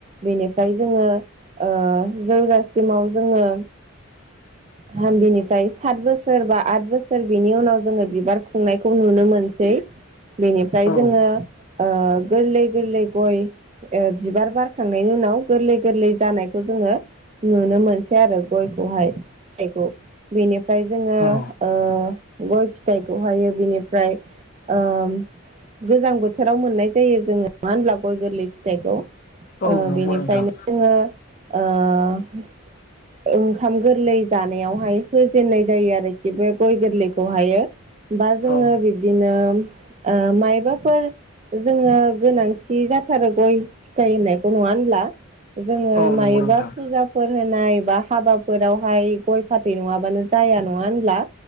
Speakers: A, on the right; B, on the left.
A: बेनिफ्राय जोङो ओ जौजासिमाव जोङो
B: नयस
A: हा बिनिफ्राय सात बोसोर बा आद बोसोर बिनि उनाव जोङो बिबार खुंनायखौ नुनो मोनसै बेनिफ्राय
B: औ
A: जोङो ओ गोरलै गोरलै गय ओ बिबार बारखांनायनि उनाव गोरलै गोरलै जानायखौ जोङो नुनो मोनसै आरो गयखौहाय फिथाइखौ बेनिफ्राय जोङो ओ
B: औ
A: गय फिथाइखौहायो बिनिफ्राय ओ गोजां बोथोराव मोननाय जायो जोङो मानो होनब्ला गय गोरलै फिथाइखौ ओ
B: औ नंगौ
A: बेनिफ्रायनो
B: नोंथां
A: जोङो ओ ओंखाम गोरलै जानायावहाय होजेननाय जायो आरोखि बे गय गोरलैखौहायो बा जोङो
B: औ
A: बिब्दिनो ओ माइबाफोर जोङो गोनांथि जाथारो गय फिथाइ होननायखौ नङा होनब्ला जोङो
B: औ
A: मायोबा
B: नंगौ नोंथां
A: फुजाफोर होनाय बा हाबाफोरावहाय गय फाथै नङाबानो जाया नङा होनब्ला